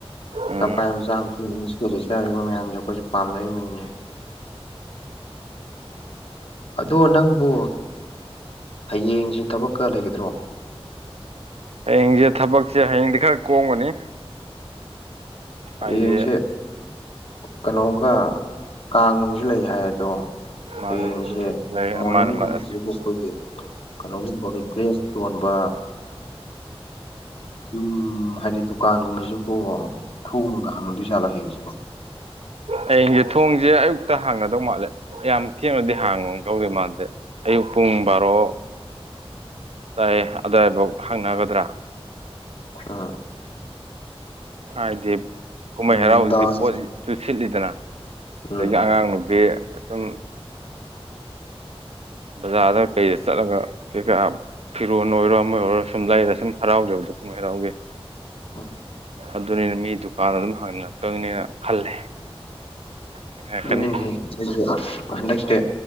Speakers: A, on the right; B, on the left.
A: ꯎꯝ
B: ꯄꯥꯏꯕꯥ ꯃꯆꯥ ꯃꯁꯨꯖꯤꯡ ꯁꯦꯠꯂꯤ - ꯆꯥꯔꯤꯕ ꯃꯌꯥꯝꯁꯦ ꯑꯩꯈꯣꯏꯁꯨ ꯄꯥꯝꯅꯩꯃꯤꯅꯦ꯫ ꯑꯗꯣ ꯅꯪꯕꯨ ꯍꯌꯦꯡꯁꯦ ꯊꯕꯛꯀ ꯂꯩꯒꯗ꯭ꯔꯣ?
A: ꯍꯌꯦꯡꯁꯦ ꯊꯕꯛꯁꯦ ꯍꯌꯦꯡꯗꯤ ꯈꯔ ꯀꯣꯝꯒꯅꯤ꯫ ꯍꯥꯏꯗꯤ
B: ꯍꯌꯦꯡꯁꯦ ꯀꯩꯅꯣꯒ ꯀꯥꯡꯅꯨꯡꯖꯨ ꯂꯩ ꯍꯥꯏ ꯑꯗꯣ
A: ꯃꯥꯅꯦ
B: ꯍꯌꯦꯡꯖꯦ
A: ꯂꯩ
B: ꯃꯣꯔꯅꯤꯡꯒꯨꯝꯕꯁꯤꯕꯨ
A: ꯃꯥꯅꯦ ꯃꯥꯅꯦ
B: ꯑꯈꯣꯏꯒꯤ ꯀꯩꯅꯣꯒꯨꯝꯕꯒ ꯗ꯭ꯔꯦꯁ ꯌꯣꯟꯕ ꯌꯨꯝ ꯍꯥꯏꯗꯤ ꯗꯨꯀꯥꯟꯒꯨꯝꯕꯖꯤꯕꯨ ꯊꯣꯡꯅꯨꯡꯒ ꯍꯥꯡꯉꯝꯗꯣꯏ ꯖꯥꯠꯂꯣ ꯍꯌꯦꯡꯁꯤꯕꯣ?
A: ꯍꯩ ꯌꯦꯡ ꯁꯦ ꯊꯣꯡꯁꯦ ꯑꯌꯨꯛꯇ ꯍꯥꯡꯒꯗꯧ ꯃꯥꯜꯂꯦ ꯌꯥꯝ ꯊꯦꯡꯅꯗꯤ ꯍꯥꯡꯗꯧꯗꯤ ꯃꯥꯟꯗꯦ꯫ ꯑꯌꯨꯛ ꯄꯨꯡ ꯕꯥꯔꯣ ꯇꯥꯏꯌꯦ ꯑꯗꯨꯋꯥꯏꯐꯧ ꯍꯥꯡꯅꯒꯗ꯭ꯔꯥ
B: ꯑ
A: ꯍꯥꯏꯗꯤ ꯀꯨꯝꯍꯩ ꯍꯔꯥꯎꯕꯁꯤꯗꯤ
B: ꯅꯨꯡꯗꯥꯡ
A: ꯄꯣꯠꯂꯤ ꯆꯨꯁꯤꯠꯂꯤꯗꯅ
B: ꯎꯝ
A: ꯑꯗꯒꯤ ꯑꯉꯥꯡ ꯅꯨꯕꯤ ꯁꯨꯝ ꯕꯖꯥꯔꯗ ꯀꯩꯗ ꯆꯠꯂꯒ ꯀꯩ ꯀꯥ ꯐꯤꯔꯣꯟ ꯑꯣꯏꯔꯣ ꯑꯃ ꯑꯣꯏꯔꯣ ꯁꯨꯝ ꯂꯩꯔ ꯁꯨꯝ ꯍꯔꯥꯎꯖꯕꯗꯣ ꯀꯨꯝꯍꯩꯔꯥꯎꯒꯤ
B: ꯑ
A: ꯑꯗꯨꯅꯤꯅ ꯃꯤ ꯗꯨꯀꯥꯟꯗ ꯑꯗꯨꯝ <unintelligible> ꯈꯜꯂꯦ ꯍꯥꯏꯅꯔꯛꯀꯅꯤ
B: ꯑꯗꯨꯅꯤꯅꯦꯍꯦ ꯑꯩꯖꯦ ꯍꯟꯗꯛꯁꯦ